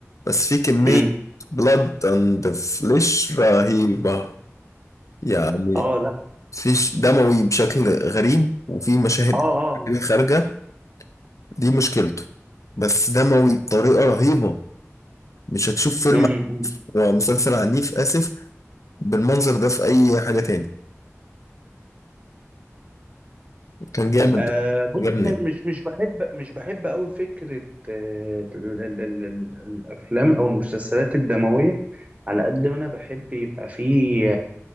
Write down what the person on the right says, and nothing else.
امم
اه لا
اه اه
امم
آه بص
م- مش مش بحب مش بحب أوي فكرة آه ال- ال- ال- ال- الأفلام أو المسلسلات الدموية على قد ما أنا بحب يبقى فيه